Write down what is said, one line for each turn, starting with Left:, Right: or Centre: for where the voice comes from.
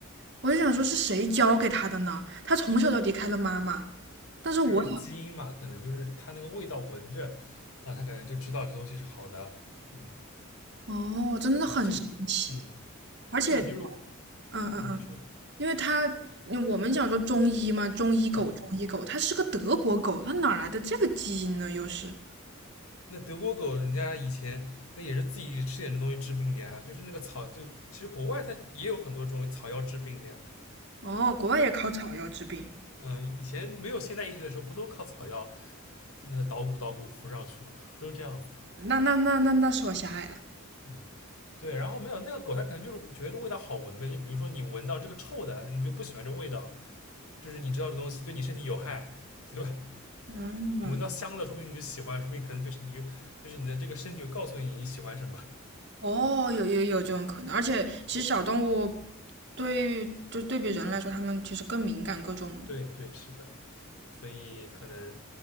Right: 我就想说是谁教给他的呢？他从小就离开了妈妈，但是我也
Left: 就是基因嘛，可能就是它那个味道闻着，啊，它可能就知道这东西是好的嗯，
Right: 哦，真的很神奇。
Left: 这，嗯，
Right: 而且，
Left: 它可能就是
Right: 嗯嗯嗯，
Left: 嗯你说，
Right: 因为他嗯我们讲说中医嘛，中医狗，
Left: 嗯，
Right: 中医狗，它是个德国狗，它哪来的这个基因呢？又是
Left: 那德国狗人家以前那也是自己吃点这东西治病的呀，就是那个草就，其实国外它也有很多这种草药治病的呀。
Right: 哦，国外也靠草药治病，
Left: 嗯，以前没有现代医学的时候，不都靠草药那个捣鼓捣鼓敷上去嘛，都这样子。
Right: 那那那那那是我狭隘了。
Left: 嗯。对，然后没有那个狗，它可能就是觉得这味道好闻呗。就比如说你闻到这个臭的，你就不喜欢这味道，就是你知道这东西对你身体有害，对吧？
Right: 嗯。
Left: 你闻到香的，说不定你就喜欢，说不定可能对身体，就是你的这个身体会告诉你你喜欢什么。
Right: 哦，有有有这种可能，而且其实小动物对就对比人来说，它们其实更敏感各种。
Left: 对对，是的，所以可能